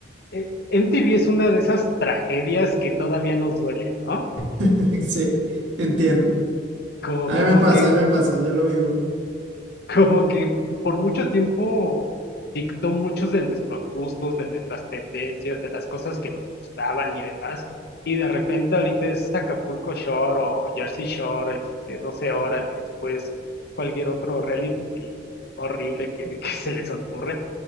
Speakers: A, on the left; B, on the right.
A: eh, MTV es una de esas tragedias que todavía nos duelen, ¿no?
B: <laughs> Sí, entiendo.
A: Como,
B: A mí
A: como
B: me pasa,
A: que
B: a mí me pasa, yo lo vivo.
A: <laughs> Como que por mucho tiempo dictó muchos de nuestros gustos, de nuestras tendencias, de las cosas que nos gustaban y demás. Y de repente ahorita es Acapulco Shore o Jersey Shore, este, 12 horas y después cualquier otro reality horrible que, <laughs> que se les ocurre.